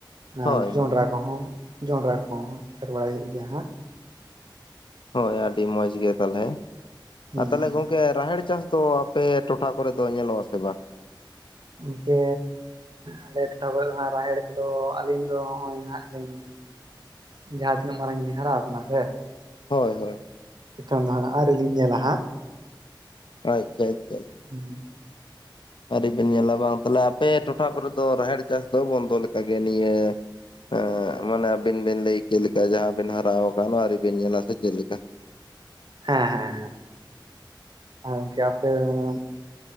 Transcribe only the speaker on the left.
ᱦᱳᱭ
ᱦᱳᱭ
ᱦᱳᱭ ᱟᱹᱰᱤ ᱢᱚᱡᱽ ᱜᱮ ᱛᱟᱦᱚᱞᱮ
ᱟᱨ ᱛᱟᱦᱚᱞᱮ
ᱜᱚᱝᱠᱮ ᱨᱟᱦᱮᱲ ᱪᱟᱥ ᱫᱚ- ᱟᱯᱮ ᱴᱚᱴᱷᱟ ᱠᱚᱨᱮ ᱫᱚ ᱧᱮᱞᱚᱜ ᱟᱥ ᱵᱟᱝ?
ᱦᱳᱭ ᱦᱳᱭ,
ᱟᱪᱷᱟ ᱟᱪᱷᱟ,
ᱟᱹᱨᱤ ᱵᱮᱱ ᱧᱮᱞᱟ ᱵᱟᱝ ᱛᱟᱦᱞᱮ ᱟᱯᱮ ᱴᱚᱴᱷᱟ ᱠᱚᱨᱮ ᱫᱚ ᱨᱟᱦᱮᱲ ᱪᱟᱥ ᱫᱚ ᱵᱚᱱᱫᱚ ᱞᱮᱠᱟ ᱜᱮ ᱱᱤᱭᱟᱹ- ᱦᱮᱸ ᱢᱟᱱᱮ ᱟᱵᱤᱱ ᱵᱤᱱ ᱞᱟᱹᱭ ᱠᱮᱫ ᱞᱮᱠᱟ ᱡᱟᱦᱟᱸ ᱵᱤᱱ ᱦᱟᱨᱟ ᱟᱠᱟᱱ ᱟᱹᱣᱨᱤ ᱵᱤᱱ ᱧᱮᱞᱟ ᱥᱮ ᱪᱮᱫ ᱞᱮᱠᱟ?